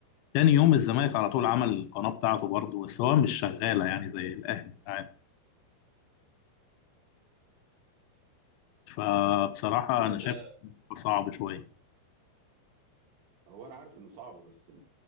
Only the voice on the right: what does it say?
ايوه
كل
ده
هو أنا عارف إنه صعب بس